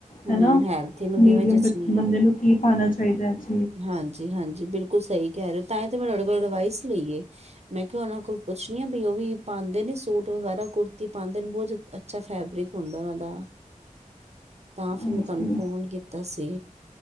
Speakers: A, on the right; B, on the left.
A: ਹਮ
B: ਹਨਾ,
A: ਹੈਲਥ ਨੂੰ
B: ਮੀਡੀਅਮ
A: ਕਿਵੇਂ ਜਚਣੀ
B: ਬੰਦੇ
A: ਹੈ
B: ਨੂੰ ਕੀ ਪਾਉਣਾ ਚਾਹੀਦਾ ਅੱਜ
A: ਹਾਂਜੀ, ਹਾਂਜੀ, ਬਿਲਕੁਲ ਸਹੀ ਕਹਿ ਰਹੇ ਹੋ ਤਾਂ ਹੀ ਤਾਂ ਮੈਂ ਤੁਹਾਡੇ ਕੋਲ ਅਡਵਾਈਸ ਲਈ ਏ। ਮੈਂ ਕਿ ਉਹਨਾਂ ਕੋਲ ਪੁੱਛਣੀ ਆ ਬਈ ਉਹ ਵੀ ਪਾਉਂਦੇ ਨੇ ਸੂਟ ਵਗੈਰਾ ਕੁੜਤੀ ਪਾਉਂਦੇ ਨੇ ਬੁਝ ਅੱਛਾ ਫੈਬਰਿਕ ਹੁੰਦਾ ਉਹਨਾਂ ਦਾ। ਤਾਂ ਫਿਰ,
B: ਹਾਂਜੀ
A: ਮੈਂ ਤੁਹਾਨੂੰ ਫੋਨ ਕੀਤਾ ਸੀ